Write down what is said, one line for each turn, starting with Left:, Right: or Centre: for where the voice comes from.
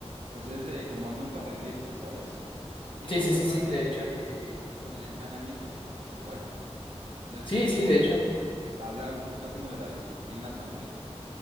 Right: pues es de como nunca rendirse, ¿sabes? Y digo
Left: Sí, sí,
Right: que
Left: sí,
Right: aparte,
Left: sí, de hecho.
Right: pues con el entrenamiento se empezó a ser bueno, entonces
Left: Sí, sí, de hecho.
Right: habla un poquito como de la disciplina también.